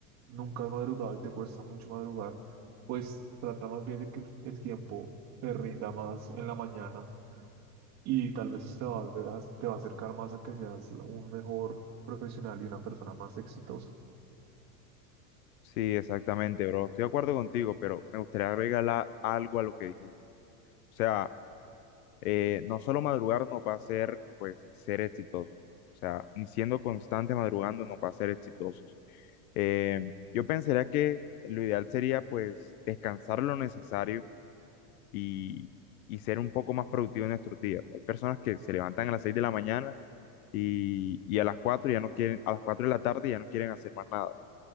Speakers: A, on the right; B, on the left.
A: nunca has madrugado y te cuesta mucho madrugar, pues trata más bien de que el, el tiempo te rinda más en la mañana y tal vez eso te va a volver a, te va a acercar más a que seas un mejor profesional y una persona más exitosa.
B: Sí, exactamente, bro. Estoy de acuerdo contigo, pero me gustaría agregar algo a lo que dijiste. O sea, eh, no solo madrugar nos va a hacer, pues, ser exitosos. O sea, ni siendo constante madrugando nos va a hacer exitosos. Eh, yo pensaría que lo ideal sería, pues, descansar lo necesario y, y ser un poco más productivo en nuestros días. Hay personas que se levantan a las 6 de la mañana y, y a las 4 ya no quieren, a las 4 de la tarde ya no quieren hacer más nada. O